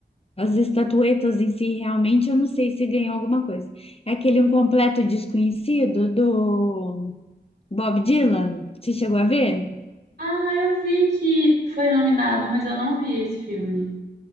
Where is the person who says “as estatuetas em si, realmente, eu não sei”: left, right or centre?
Left